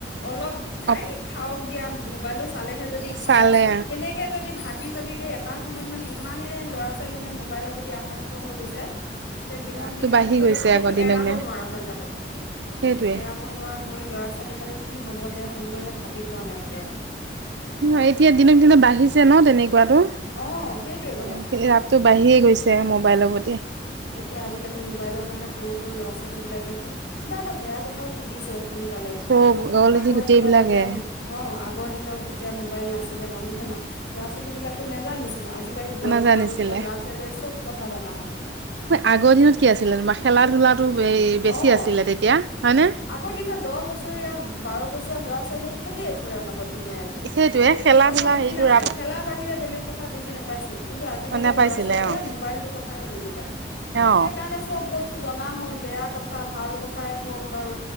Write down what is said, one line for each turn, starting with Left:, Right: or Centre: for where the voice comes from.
Left: অলপ খাই
Right: অ
Left: খাওক দিয়া মোবাইলতটো চালেহে যদি খায়
Right: চালে
Left: সেনেকে যদি ভাত ভাবি ভাবি এটা সময়ত মানে ইমানে ল'ৰা ছোৱালী মানে মোবাইলৰ প্ৰতি আসক্ত হৈ গৈছে যে দিনক
Right: ৰাপটো
Left: দিনে
Right: বাঢ়ি
Left: মানে সেই
Right: গৈছে
Left: সেইটো
Right: আকৌ দিনক
Left: এৰাব
Right: দিনে
Left: নোৱাৰা হৈ যাব
Right: সেইটোৱে
Left: এৰাব নোৱাৰা হৈ ল'ৰা ছোৱালী। মানে কি হব যোনে ভাবি পোৱা নাই এতিয়াও।
Right: নয় এতিয়া দিনক দিনা বাঢ়িছে ন তেনেকে। খোৱাটো
Left: অ সেইটোৱে কথা
Right: এ সেই ৰাপতটো বাঢ়িয়ে গৈছে। মোবাইলৰ প্ৰতি
Left: এতিয়া আজিকালি মোবাইলৰ কাৰণে সৰু সৰু ল'ৰা ছোৱালী বিলাকে কিবা এটা বেয়া কথাও শিকিছে। সোনকালে।
Right: চব অকলেজি
Left: আগৰ
Right: গোটেইবিলাকে
Left: দিনত যেতিয়া অ', আগৰ দিনত যেত এতিয়া মোবাইল নাছিলে মানুহে না ল'ৰা ছোৱালী বিলাকে নেজানিছিল আজিকালি
Right: অ
Left: দহ,
Right: নাজানিছিলে
Left: বাৰ বছৰ ল'ৰা ছোৱালীয়ে চব কথা জনা হ'ল।
Right: আগৰ দিনত কি আছিলে তোমাৰ খেলা খেলা ধূলা টো এই বেছি
Left: অ
Right: আছিলে তেতিয়া। হয়নে
Left: আগৰ দিনত দহ বছৰীয়া, বাৰ বছৰীয়া ল'ৰা ছোৱালী সে দে। ফুৰে অনবৰত দিনে ৰাতিয়ে
Right: সেইটোৱে
Left: বেলেগ
Right: খেলা
Left: কথা
Right: ধূলা
Left: বুজি
Right: হেৰিটো
Left: নাপায়
Right: ৰাপ
Left: খেলা বাহিৰে বেলেগ কথা বুজি নাপা পাইছিল। কিন্তু আজি কালি
Right: নাপাইছিলে
Left: ল'ৰা ছোৱালীয়ে
Right: অ
Left: মোবাইলটোৰ কথাহে বুজি পায়।
Right: অ
Left: সেইকাৰণে চব বচ জনা হ'ল বেয়া কথা ভাল কথাই হওঁক। বাৰু